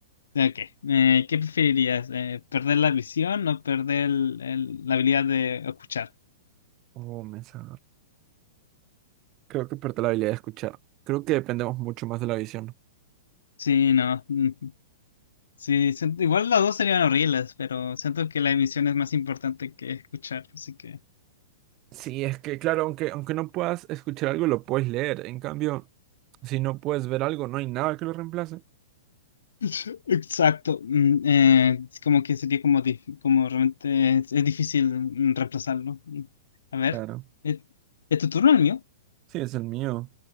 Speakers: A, on the left; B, on the right.
A: Ok. Eh, ¿qué preferirías? Eh, ¿perder la visión o perder el- el- la habilidad de escuchar?
B: Oh, me está Creo que perdí la habilidad de escuchar. Creo que dependemos mucho más de la visión.
A: Sí, no. mm, Sí, siento- igual las dos serían horribles, pero siento que la emisión es más importante que escuchar, así que.
B: Sí, es que claro, aunque, aunque no puedas escuchar algo, lo puedes leer. En cambio, si no puedes ver algo, no hay nada que lo reemplace.
A: <laughs> Exacto. mm, eh, es como que sería como, dif- como realmente es, es difícil mm, reemplazarlo. Mm. A ver,
B: Claro.
A: ¿es, es tu turno el mío?
B: Sí, es el mío.